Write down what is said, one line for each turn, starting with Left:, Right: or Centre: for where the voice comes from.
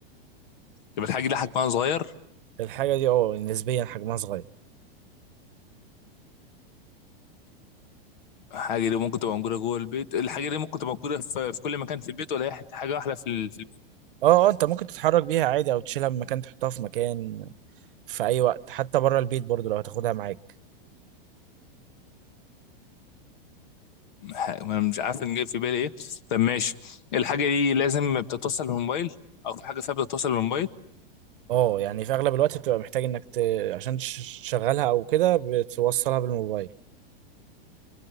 Left: طب الحاجه دي حجمها صغير
Right: الحاجة دي أه نسبيا حجمها صغير
Left: الحاجة دي ممكن تبقى موجودة جوه البيت الحاجة دي ممكن تبقى موجودة في, في كل مكان في البيت ولا هي حت- حاجة واحدة في, ال... في ال...
Right: أه أه أنت ممكن تتحرك بيها عادي أو تشيلها من مكان تحطها في مكان في أي وقت حتى بره البيت برضو لو هتاخدها معاك
Left: ح- ما أنا مش عارف إن جاي في بالي إيه طب ماشي الحاجة دي لازم بتتوصل بالموبايل أو في حاجة فيها بتتوصل بالموبايل
Right: أه يعني في أغلب الوقت بتبقى محتاج إنك ت... عشان تش- تشغلها أو كده بتوصلها بالموبايل